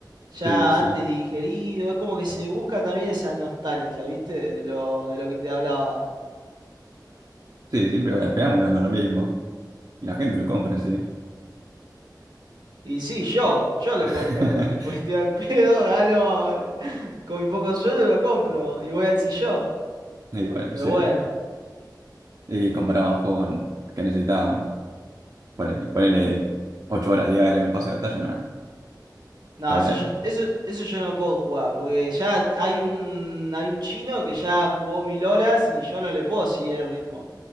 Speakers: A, on the right (about 75°); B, on the right (about 55°).
A: ya
B: sí, sí.
A: antes digerido. Es como que se busca también esa nostalgia, ¿viste? De lo, de lo que te hablaba.
B: Sí, siempre bueno, al final vuelven a lo mismo. Y la gente lo compra sí
A: Y sí, yo, yo lo
B: <laughs>
A: compro. Y Pues estoy al pedo, gano <laughs> con mi poco sueldo lo compro y voy al sillón.
B: Y bueno,
A: Pero
B: sí.
A: bueno,
B: Y comparado a un juego con, que necesita poner- ponerle 8 horas diarias con pase de batalla, nada.
A: no,
B: Está
A: eso
B: bien.
A: yo, eso, eso yo no puedo jugar, porque ya hay un, hay un chino que ya jugó mil horas y yo no le puedo seguir el ritmo.